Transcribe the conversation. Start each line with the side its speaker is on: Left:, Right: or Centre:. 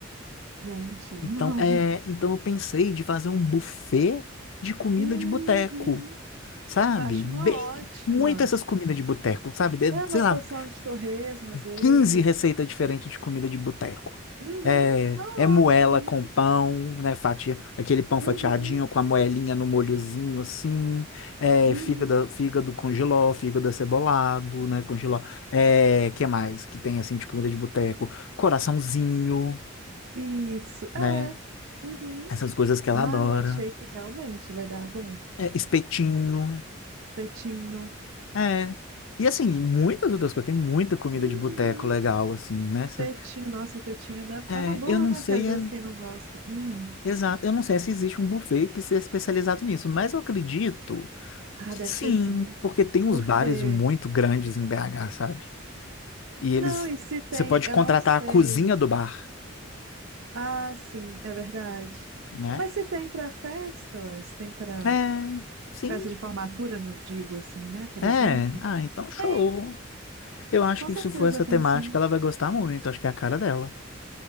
Right: Gente,
Left: Então,
Right: <laughs>
Left: é,
Right: não.
Left: então eu pensei de fazer um buffet de comida
Right: Uhum.
Left: de boteco, sabe?
Right: Acho
Left: Bem,
Right: uma ótima.
Left: muito essas comidas de boteco, sabe? De-
Right: É,
Left: sei
Right: umas
Left: lá,
Right: porção de torresmo às vezes.
Left: 15 receitas diferentes de comida de boteco.
Right: Uhum,
Left: É,
Right: uma
Left: é moela
Right: ótima.
Left: com pão, né? Fatia, aquele pão
Right: Uhum,
Left: fatiadinho com a moelinha no molhozinho assim. É,
Right: uhum.
Left: fígado, fígado com jiló, fígado acebolado, né? Com jiló. É, que mais que tem assim de comida de boteco? Coraçãozinho,
Right: Isso,
Left: né?
Right: é. Uhum.
Left: Essas coisas que ela
Right: Ah,
Left: adora.
Right: eu achei que realmente vai dar bom.
Left: É, espetinho.
Right: Petinho.
Left: É. E assim, muitas outras coisas. Tem muita comida
Right: Uhum.
Left: de boteco legal, assim, né? Cê-
Right: Petinho, nossa, petinho dá...
Left: É,
Right: é uma boa,
Left: eu não
Right: né?
Left: sei.
Right: Porque às vezes
Left: é-
Right: quem não gosta. Hum.
Left: Exato. Eu não sei se existe um buffet que seja especializado nisso, mas eu acredito
Right: Ah,
Left: que
Right: deve
Left: sim,
Right: ter sim.
Left: porque tem uns
Right: Porque.
Left: bares muito grandes em BH, sabe? E
Right: Não,
Left: eles,
Right: e se tem,
Left: você pode
Right: eu
Left: contratar
Right: não sei.
Left: a cozinha do bar,
Right: Ah, sim, é verdade.
Left: né?
Right: Mas se tem pra festa, ué, se tem pra
Left: É, sim,
Right: festa de formatura, não digo assim, né? Por
Left: é.
Right: exemplo,
Left: Ah, então show.
Right: tem,
Left: Eu acho
Right: com
Left: que
Right: certeza
Left: se for essa
Right: tem
Left: temática,
Right: sim.
Left: ela vai gostar muito. Acho que é a cara dela.